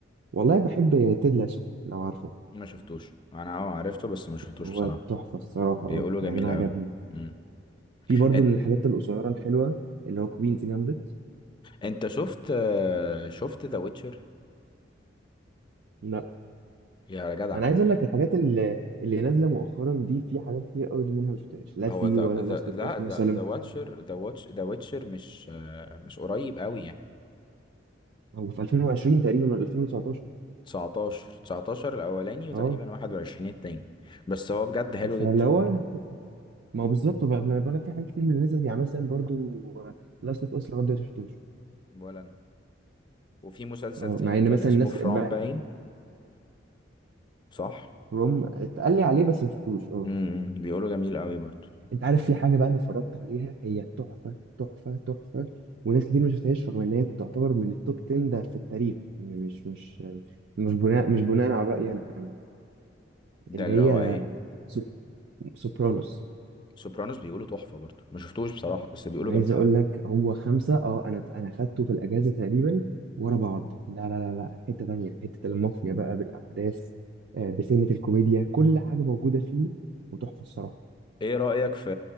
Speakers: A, on the right; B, on the left.
A: والله بحب تيد لاسو لو عارفه
B: ما شفتوش انا اه عرفته بس ما شفتوش
A: هو
B: بصراحة
A: تحفة الصراحة
B: بيقولوا
A: اه يعني
B: جميل
A: انا
B: قوي
A: عجبني
B: امم
A: في برضو
B: انت
A: من الحاجات القصيرة الحلوة اللي هو كوينز جامبت
B: انت شفت آه، شفت ذا ويتشر
A: لا
B: يا جدع
A: انا عايز اقول لك الحاجات اللي اللي نازلة مؤخرا دي في حاجات كتير قوي اللي منها ما شفتهاش لا
B: هو
A: سي
B: ذا
A: ولا
B: ذا
A: لاست
B: لا
A: اوف اس مثلا
B: ذا ذا واتشر ذا واتش ذا ويتشر مش آه، مش قريب قوي يعني
A: هو في 2020 تقريبا ولا 2019
B: 19 19 الاولاني وتقريبا
A: اه
B: 21 التاني بس هو بجد حلو
A: فاللي
B: جدا
A: هو ما هو بالظبط بقى ما انا بقول لك في حاجات كتير من الناس دي. يعني مثلا برضو لاست اوف اس لغايه دلوقتي ما شفتوش
B: ولا انا وفي مسلسل
A: اه
B: تاني
A: مع ان
B: كان
A: مثلا
B: اسمه
A: الناس
B: فرام
A: بقى-
B: باين صح
A: روم اتقال لي عليه بس ما شفتوش اه
B: امم بيقولوا جميل قوي برضو
A: انت عارف في حاجه بقى انا اتفرجت عليها هي تحفه تحفه تحفه وناس كتير ما شفتهاش رغم ان هي تعتبر من التوب 10 ده في التاريخ يعني مش مش مش بناء مش بناء على رايي انا كمان
B: ده
A: اللي
B: اللي
A: هي
B: هو ايه
A: سوب- سوبرانوس
B: سوبرانوس بيقولوا تحفة برضو ما شفتوش بصراحة بس بيقولوا
A: انا عايز
B: جميل
A: اقول
B: قوي
A: لك هو خمسه اه انا انا خدته في الاجازه تقريبا ورا بعض لا لا لا لا حته تانية حته المافيا بقى بالاحداث آه، بسنه الكوميديا كل حاجه موجوده فيه وتحفه الصراحه
B: ايه رأيك في